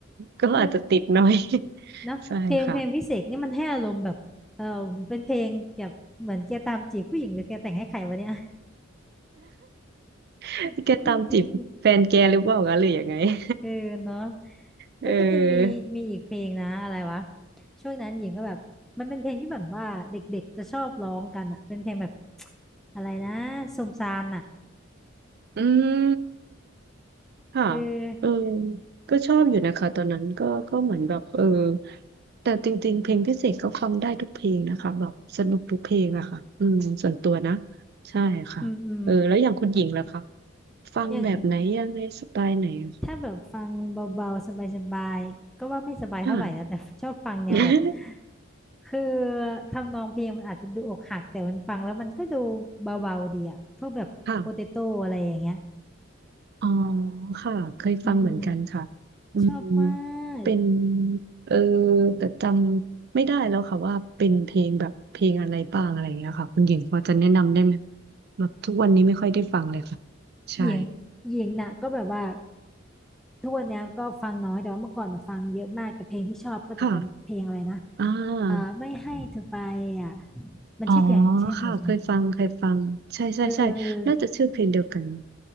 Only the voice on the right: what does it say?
ก็อาจจะติดหน้อย
<laughs>
ใช่ค่ะ <laughs>
แกตามจีบแฟนแกหรือเปล่าคะหรือยังไง
<laughs>
เออ
อืม ค่ะ
เออก็ชอบอยู่นะคะตอนนั้นก็ก็เหมือนแบบเออแต่จริงๆเพลงพิเศษก็ฟังได้ทุกเพลงนะคะแบบสนุกทุกเพลงอะค่ะอืมส่วนตัวนะ ใช่ค่ะเออแล้วอย่างคุณหญิงล่ะคะ
ฟังแบบไหนยังไงสไตล์ไหนอะ
ค่ะ <laughs>
ค่ะ อ๋อค่ะเคยฟังเหมือนกันค่ะ
อืม
เป็น
เออแต่จำไม่ได้แล้วค่ะว่าเป็นเพลงแบบเพลงอะไรบ้างอะไรอย่างเงี้ยค่ะคุณหญิงพอจะแนะนำได้ไหมแบบทุกวันนี้ไม่ค่อยได้ฟังเลยค่ะใช่
ค่ะอ่า
อ๋อค่ะเคยฟังเคยฟังใช่ใช่ใช่น่าจะชื่อเพลงเดียวกัน